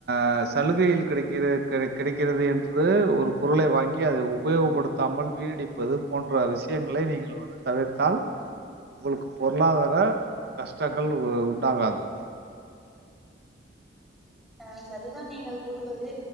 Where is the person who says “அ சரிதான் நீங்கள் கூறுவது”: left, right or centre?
Centre